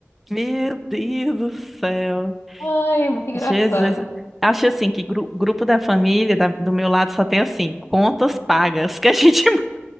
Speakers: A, in the centre; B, on the left.
A: Meu Deus do céu.
B: Ai, é muito engraçado.
A: Jesus. Acho assim que gru- grupo da família da- do meu lado só tem assim, contas pagas, que a gente